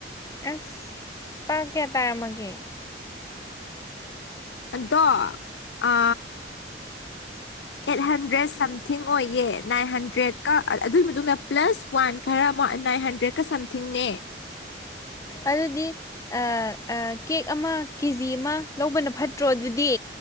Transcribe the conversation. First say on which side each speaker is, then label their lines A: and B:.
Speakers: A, on the left; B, on the left.
A: ꯑꯁ ꯂꯨꯄꯥ ꯀꯌꯥ ꯇꯥꯔꯝꯃꯒꯦ
B: ꯑꯗꯣ ꯑ
A: <inaudible>
B: ꯑꯥꯏꯠ ꯍꯟꯗ꯭ꯔꯦꯗ ꯁꯝꯊꯤꯡ ꯑꯣꯏꯌꯦ ꯅꯥꯏꯟ ꯍꯟꯗ꯭ꯔꯦꯠꯀ ꯑꯗꯨꯒꯤ ꯃꯇꯨꯡꯗ ꯄ꯭ꯂꯁ ꯋꯥꯟ ꯈꯔ ꯃ ꯅꯥꯏꯟ ꯍꯟꯗ꯭ꯔꯦꯗꯀ ꯁꯝꯊꯤꯡꯅꯦ
A: ꯑꯗꯨꯗꯤ ꯑ ꯑ ꯀꯦꯛ ꯑꯃ ꯀꯦꯖꯤ ꯑꯃ ꯂꯧꯕꯅ ꯐꯠꯇ꯭ꯔꯣ ꯑꯗꯨꯗꯤ